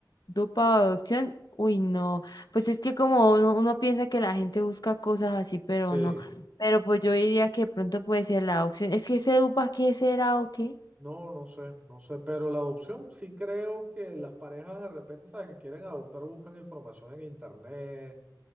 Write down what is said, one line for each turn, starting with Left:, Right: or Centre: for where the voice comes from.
Left: Dupa o adopción, uy, no. Pues es que como uno, uno piensa que la gente busca cosas así, pero
Right: Sí,
Left: no. Pero pues yo diría que de pronto puede ser la adopción. Es que ese Dupa, ¿qué será o qué?
Right: no, no sé, no sé, pero la adopción sí creo que las parejas de repente, ¿sabes? Que quieren adoptar, buscan información en internet